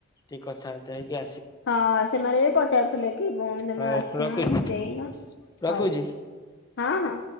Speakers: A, on the left; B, on the left.
A: ଟିକେ କଥାବାର୍ତ୍ତା ହେଇକି ଆ।
B: ହଁ ସେମାନେ ବି ପଚାରୁଥିଲେ କି ଭଉଣୀ ତମେ
A: ହଉ
B: ଆସିନ
A: ରଖୁଛି
B: ଦେଇନ।
A: ରଖୁଛି।
B: ଆଉ ହଁ ହଁ।